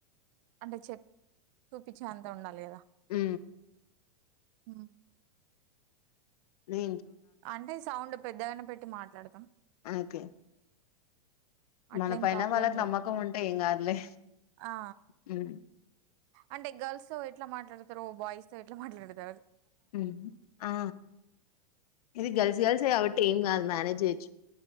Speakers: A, on the right (about 50°); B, on the left (about 70°).
A: అంటే చెప్ చూపిచ్చె అంత ఉండాలి గదా
B: ఉ
A: ఉ
B: మే
A: అంటే సౌండ్ పెద్దగానే పెట్టి మా లాడ్తా
B: అకె
A: అట్లేం
B: మన పైన
A: ప్రాబ్లం
B: వాళ్ళకి
A: లేదు.
B: నమ్మకం ఉంటే ఏం గాద్లే
A: ఆ
B: హు
A: అంటే గర్ల్స్ తో ఎట్లా మాట్లాడ్తారో బాయ్స్ తో ఎట్లా మాట్లాడ్తారు
B: హు ఆ ఇది గర్ల్స్ గర్ల్సే గాబట్టి ఏం గాదు మనేజ్ జేయొచ్చు